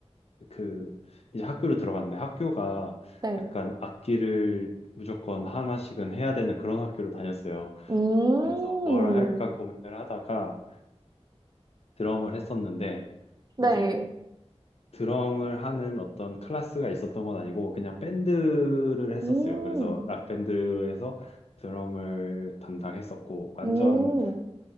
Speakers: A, on the left (about 65°); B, on the right (about 35°).
A: 그, 이제 학교를 들어갔는데 학교가
B: 네.
A: 약간 악기를 무조건 하나씩은 해야 되는 그런 학교로 다녔어요.
B: 음,
A: 그래서 뭘 할까 고민을 하다가 드럼을 했었는데,
B: 네.
A: 이제 드럼을 하는 어떤 클래스가 있었던 건 아니고 그냥 밴드를 했었어요.
B: 음,
A: 그래서 락밴드에서 드럼을 담당했었고 완전
B: 음,